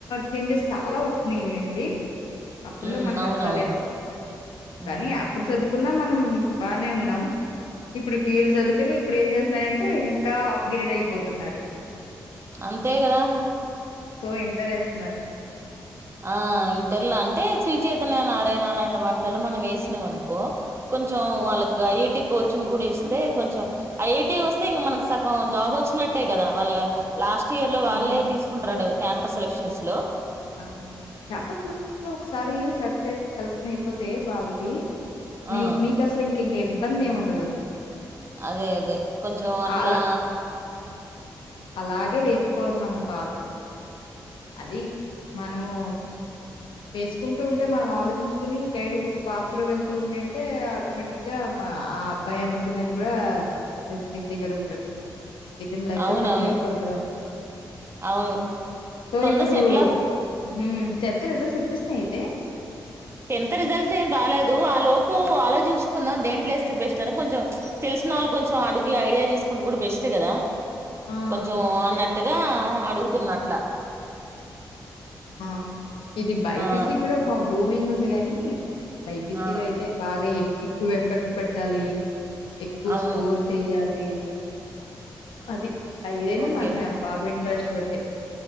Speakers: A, on the left; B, on the right.
A: చేంజెస్ చాలా వచ్చినాయి లే అండి అప్పుట్లో
B: ఉమ్
A: మనకు
B: అవునవును
A: అంత లేదు
B: ఉమ్
A: కానీ అప్పుడు చదువుకు న్నా మనం బాగానే ఉన్నాం ఇప్పుడు వీలు చదువుకుని ఇప్పుడు ఏం చేస్తున్నాారంటే ఇంకా అప్గ్రేడ్ అయిపోతుంది న్నారు
B: అంతే కదా
A: సో ఎంకరేజ్
B: ఆ ఇంటర్లో అంటే శ్రీ చైతన్య త్తన నారాయణ వాటిలలో మనం వేసినాం అనుకో కొంచెం వాళ్ళకి ఐఐటి కోచింగ్ కూడా ఇస్తే కొంచెం ఐఐటి వస్తే ఇంక మనకి సగం జాబ్ వచ్చినట్టే కదా వాళ్ళ లాస్ట్ ఇయర్ లో వాళ్ళే
A: అవును
B: తీసుకుంటారంట కదా క్యాంపస్ సెలక్షన్స్ హలో
A: అవునవును క్యాంపస్ సెలక్షన్స్ లో ఒకసారి స సెలెక్షన్ అయిపోతే బాబుకి మీ
B: ఆ
A: మీకు కసలు ఇంక ఇం ఇబ్బంది ఏమీ ఉండదు
B: అదే అదే కొంచెం అట్లా
A: అలా అలాగే వేసుకోవాలి మనం పాత అది మనము వేసుకుంటూ ఉంటే మనం ఆలోచించుకుని గైడ్ ఒక పాత్రలో వెళ్తూ ఉండేంటే ఆటోమేటిక్గా మా ఆ అబ్బాయి అనుకునేది కూడా చేసే చేసేయగలుగుతాడు ఏది లైఫ్
B: అవునవును
A: లో సెటిల్ అయిపోవాలి కదా
B: అవును
A: సో
B: తొందర
A: ఇప్పుడు
B: సెట్లా
A: ఉహ్ టెన్త్ రిజల్ట్ వచ్చేసినయ్ అయితే
B: టెన్త్ రిజల్ట్స్ ఏం రాలేదు ఆ లోపు ఆలోచించుకుందాం దేంట్లోస్తే బెస్ట్ అని కొంచెం తెలిసిన వాళ్ళు కొంచెం అడుగి ఐడియా తీసుకుంటూ కూడా బెస్ట్ కదా
A: ఆ
B: కొంచెం
A: మంచిదే
B: అన్నట్టుగా అడుగుతున్న అట్లా
A: ఆ ఇది బైపిసి
B: ఆ
A: కూడా బాబు మీంగ్ ఉంది గాని బైపీస
B: ఆ
A: లో అయితే బాగా ఎక్ ఎక్కువ ఎఫెక్ట్ పెట్టాలి ఎక్కువ
B: అవును
A: స్కోర్ చెయ్యాలి లి అది <inaudible> అయిదైనా
B: ఓకే
A: మన్న బాబు ఇంట్రెస్ట్ బట్టే